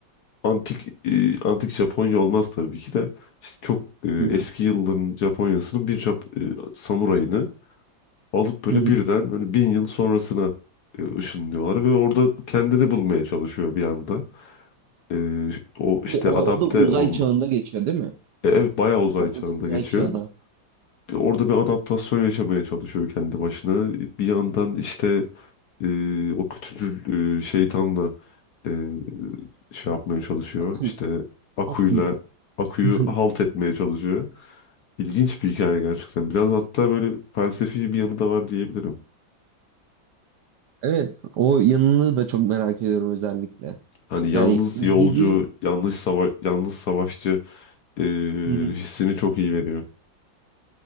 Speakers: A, on the left; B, on the right.
A: antik e, antik Japonya olmaz tabii ki de işte çok e, eski
B: Hı hı.
A: yılların Japonya'sının bir Jap- e, samurayını alıp böyle
B: Hı hı.
A: birden hani bin yıl sonrasına e, ışınlıyorlar ve orada kendini bulmaya çalışıyor bir anda. E, o işte
B: Bir O,
A: adapte
B: o da uzay
A: olma.
B: çağında geçiyor değil mi?
A: E, Evet bayağı uzay
B: Onda
A: çağında
B: da uzay
A: geçiyor.
B: çağına.
A: bir- orada bir adaptasyon yaşamaya çalışıyor kendi başına. Bir yandan işte e, o kötücül e, şeytanla e, şey yapmaya çalışıyor.
B: Aku,
A: İşte Aku'yla
B: aku.
A: Aku'yu
B: <laughs>
A: halt etmeye çalışıyor. İlginç bir hikaye gerçekten. Biraz hatta böyle felsefi bir yanı da var diyebilirim.
B: Evet, o yanını da çok merak ediyorum özellikle.
A: Hani yalnız
B: Yani izlediğim
A: yolcu, yalnız sava yalnız savaşçı e,
B: Hı hı.
A: hissini çok iyi veriyor.